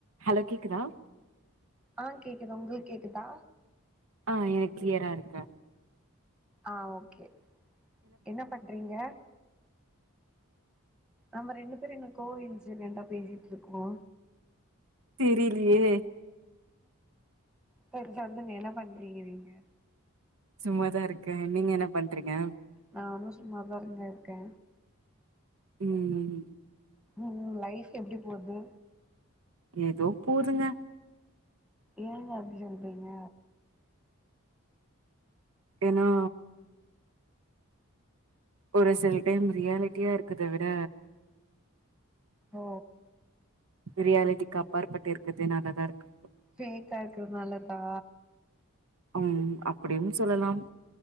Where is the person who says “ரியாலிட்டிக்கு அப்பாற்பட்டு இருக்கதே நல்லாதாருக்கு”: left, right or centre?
Right